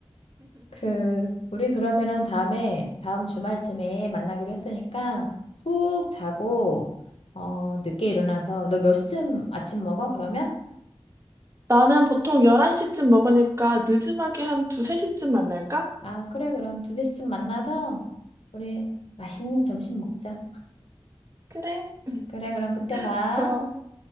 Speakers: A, on the left; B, on the right.
A: 그, 우리 그러면은 다음에, 다음 주말쯤에 만나기로 했으니까, 푹 자고, 어, 늦게 일어나서, 너 몇 시쯤 아침 먹어, 그러면?
B: 나는 보통 11시쯤 먹으니까 늦음하게 한 2, 3시쯤 만날까?
A: 아, 그래, 그럼 두세 시쯤 만나서, 우리 맛있는 점심 먹자.
B: 그래. <laughs>
A: 그래, 그럼 그때 봐.
B: 좋아.